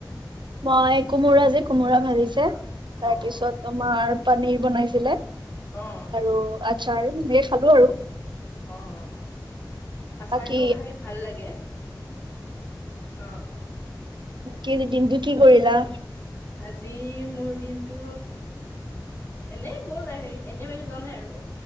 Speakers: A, on the right; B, on the left.
A: মই কোমোৰা যে কোমোৰা ভাজিছে
B: অ'
A: তাৰ
B: অ'
A: পিছত তোমাৰ পনিৰ বনাইছিলে
B: অ'
A: আৰু আচাৰ সেনেকে খালো আৰু
B: অ অ অ আচাৰটো
A: বাকী
B: খাই ভাল লাগে অহ অ
A: কি দিনটো কি কৰিলা
B: আজি মোৰ দিনটো এনেই গ'ল হেৰি এনে মানে যোৱা নাই আৰু